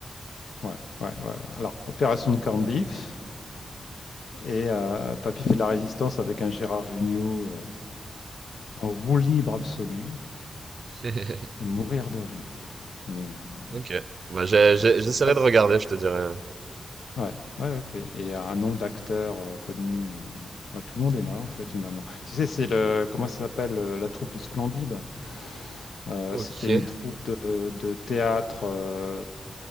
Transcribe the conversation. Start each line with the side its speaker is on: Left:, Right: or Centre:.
Left: Ouais, ouais, ouais, ouais. Alors Opération de corned beef et heu, Papy fait de la résistance avec un Gérard Jugnot, heu, en roue libre absolue.
Right: <laughs>
Left: À mourir de rire. Mais euh,
Right: Ok. Bah, j'ai,
Left: voilà,
Right: j'ai-
Left: ça
Right: j'essaierai
Left: se passe.
Right: de regarder, je te dirai.
Left: Ouais, ouais, ok. Et il y a un nombre d'acteurs euh, connus. euh, ouais, tout le monde est là, en fait, finalement. Tu sais, c'est le. Comment ça s'appelle euh, La troupe du Splendide. Euh,
Right: Ok.
Left: c'était une troupe de, de théâtre euh,